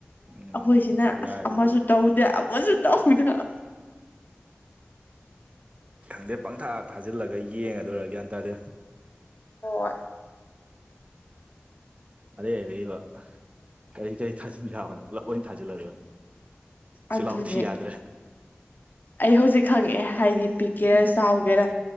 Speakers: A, on the right; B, on the left.
A: ꯎꯝ
B: ꯑꯩꯈꯣꯏꯁꯤꯅ
A: ꯌꯥꯏ
B: ꯑꯁ
A: ꯑꯗꯨꯕꯨꯗꯤ
B: ꯑꯃꯁꯨ ꯇꯧꯗꯦ ꯑꯃꯁꯨ ꯇꯧꯗꯦ <inaudible>
A: ꯈꯪꯗꯦ ꯄꯪꯊꯥ ꯊꯥꯖꯤꯜꯂꯒ ꯌꯦꯡꯉꯗꯣꯏꯔꯥ ꯒ꯭ꯌꯥꯟ ꯇꯥꯗꯦ
B: ꯍ
A: ꯑꯔꯩ ꯑꯔꯩꯕ ꯀꯔꯤ ꯀꯔꯤ ꯊꯥꯖꯤꯟ ꯌꯥꯕꯅꯣ ꯄꯨꯂꯞ ꯑꯣꯏꯅ ꯊꯥꯖꯤꯜꯂꯔ ꯆꯤꯜꯂꯥꯎ
B: ꯑꯗꯨꯅꯦ
A: ꯊꯤ ꯌꯥꯗ꯭ꯔꯦ
B: ꯑꯩ ꯍꯧꯖꯤꯛ ꯈꯪꯉꯛꯑꯦ ꯍꯥꯏꯗꯤ ꯄꯤꯛꯀꯦꯔꯥ
A: ꯎꯝ
B: ꯆꯥꯎꯒꯦꯔꯥ